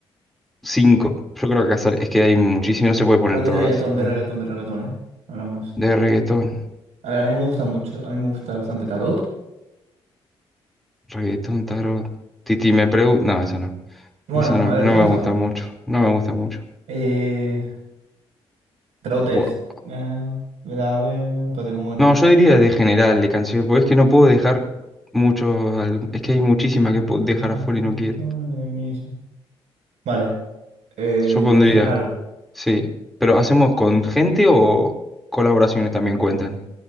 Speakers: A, in the centre; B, on the right (about 80°).
A: 5 Yo creo que acá es que hay muchísimo, no se puede poner
B: Pero de
A: todas.
B: reggaetón,
A: eh.
B: de reggaetón, de reggaetón, ¿eh? Hablamos.
A: De reggaetón,
B: A ver, a mí me gusta mucho, a mí me gusta bastante Tarot.
A: reggaetón, tarot. Titi me pregunta. No, eso no.
B: Bueno,
A: Eso no,
B: a
A: no
B: ver, eso
A: me
B: no está
A: gusta
B: mal.
A: mucho. No me gusta mucho.
B: Eh, Trotes.
A: Buah.
B: Eh, grave. Espérate, ¿cómo era?
A: No, yo diría de general, de canciones, porque es que no puedo dejar mucho al- Es que hay muchísimas
B: Eh,
A: que puedo dejar
B: aumento
A: afuera y no quiero.
B: de mis- Vale. eh,
A: Yo pondría.
B: de general.
A: Sí, pero ¿hacemos con gente o colaboraciones también cuentan?